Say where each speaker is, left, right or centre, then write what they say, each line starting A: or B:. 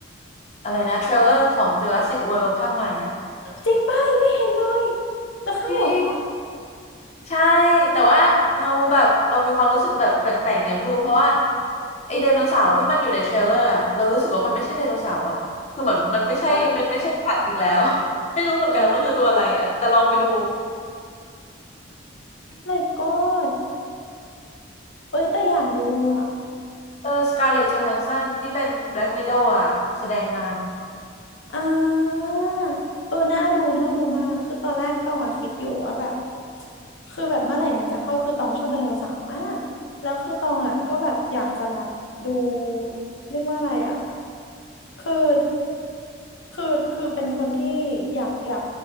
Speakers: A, on the left (about 35°); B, on the left (about 75°).
A: อะไรนะเทรลเลอร์ของ Jurassic World ภาคใหม่อ่ะ
B: จริงป่ะยังไม่เห็นเลยจะเข้าเหรอคะ
A: จริง ใช่แต่ว่าเราแบบเรามีความรู้สึกแบบแปลกๆไงไม่รู้เพราะว่าไอไดโนเสาร์ที่มันอยู่ในเทรลเลอร์อะเรารู้สึกว่ามันไม่ใช่ไดโนเสาร์อะคือเหมือนมันไม่ใช่มันไม่ใช่สัตว์อีกแล้ว
B: Oh
A: <laughs> ไม่รู้เหมือนกันว่าคือตัวอะไรอะแต่ลองไปดู
B: My God เอ้ยแต่อยากดูอ่ะ
A: เออสการ์เลตโจแฮนสันที่เป็นแบล็กวิโดวอะแสดงน
B: อ่าเออน่าดูน่าดูมากคือตอนแรกตองอะคิดอยู่ว่าแบบคือแบบเมื่อไหร่มันจะเข้าคือตองชอบไดโนเสาร์มากแล้วคือตองอะก็แบบอยากจะแบบดูเรียกว่าอะไรอะคือคือคือเป็นคนที่อยากอยาก